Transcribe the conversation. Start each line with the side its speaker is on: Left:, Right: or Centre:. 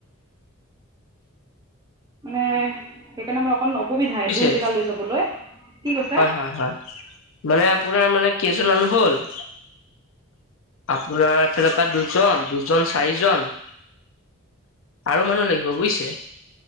Right: মানে সেইকাৰণে মোৰ অকণ অসুবিধাই
Left: বুজিছে
Right: দূৰ জেগা লৈ যাবলৈ, কি কৈছো?
Left: হয়, হয়। মানে আপোনাৰ মানে, কেইজন মানুহ হ'ল আপোনাৰ এফালৰ পৰা দুজন- দুজন, চাৰিজন। আৰু মানুহ লাগিব বুজিছে।